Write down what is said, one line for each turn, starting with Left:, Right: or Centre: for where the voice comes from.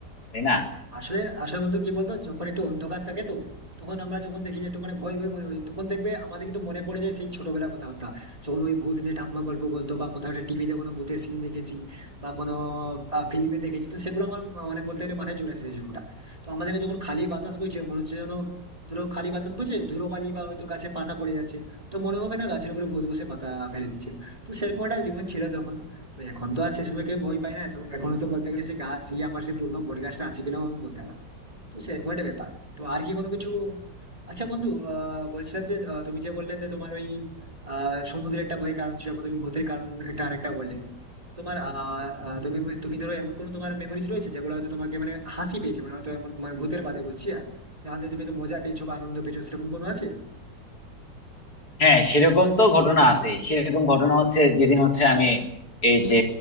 Left: তাই না
Right: আসলে আসলে বন্ধু কি বলতো যখন একটু অন্ধকার থাকে তো তখন আমরা যখন দেখি যে একটু মানে ভয় ভয় মনে হয় তখন দেখবে আমাদের কিন্তু মনে পড়ে যায় সেই ছোটবেলা কথাবার্তা যখন ওই ভূত নিয়ে ঠাম্মা গল্প বলতো বা কোথাও একটা টিভিতে কোনো ভূতের সিন দেখেছি বা কোনো ফিল্মে দেখেছি তো সেগুলো আমার আহ, মানে বলতে গেলে মাথায় চলে এসেছে জীবনটা তো আমাদেরকে যখন খালি বাতাস বইছে মনে হচ্ছে যেন ধরো খালি বাতাস বইছে ধুলোবালি বা হয়তো গাছে পাতা পড়ে যাচ্ছে তো মনে হবে না গাছের উপরে ভূত বসে পাতা ফেলে দিচ্ছে তো সেরকম একটা জীবন ছিল তখন তো এখন তো আর সেসবে কেউ ভয় পায় না তো এখনো তো বলতে গেলে সেই গাছ সেই আমার সেই পুরনো বট গাছটা আছে কিনাও আমি বলতে পারবো না। তো সেরকম একটা ব্যাপার তো আর কি কোনো কিছু আচ্ছা বন্ধু আহ বলছিলাম যে আহ, তুমি যে বললে যে তোমার ওই আহ সমুদ্রের একটা ভয়ের কারণ ছিল তুমি ভূতের কারণ একটা আরেকটা বললে তোমার আহ আহ, তুমি তুমি ধরো এমন কোনো তোমার মেমোরিজ রয়েছে যেগুলো হয়তো তোমাকে মানে হাসি পেয়েছে মানে হয়তো এমন মানে ভূতের বাদে বলছি আর যেখান থেকে তুমি তো মজা পেয়েছো বা আনন্দ পেয়েছো সেরকম কোনো আছে
Left: হ্যাঁ সেরকম তো ঘটনা আছে সেরকম ঘটনা হচ্ছে যেদিন হচ্ছে আমি এই যে